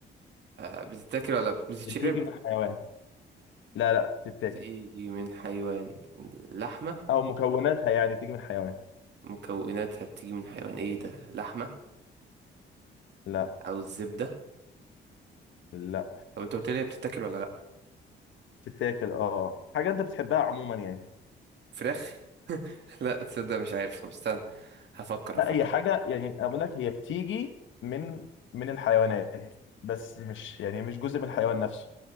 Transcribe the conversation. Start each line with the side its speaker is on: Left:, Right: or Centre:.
Right: آه، بتتاكل ولا بتتشرب
Left: بتيجي من حيوان لا لا بتتاكل
Right: بتيجي من حيوان لحمة
Left: او مكوناتها يعني بتيجي من حيوان
Right: مكوناتها بتيجي من حيوان ايه ده لحمة
Left: لا
Right: او الزبدة
Left: لا
Right: طب انت قلت لي هي بتتاكل ولا لا
Left: بتتاكل اه حاجه انت بتحبها عموما يعني
Right: فراخ <laughs> لا تصدق مش عارف طب استنى هفكر
Left: لا
Right: هفكر
Left: هي حاجه يعني اقول لك هي بتيجي من من الحيوانات بس مش يعني مش جزء من الحيوان نفسه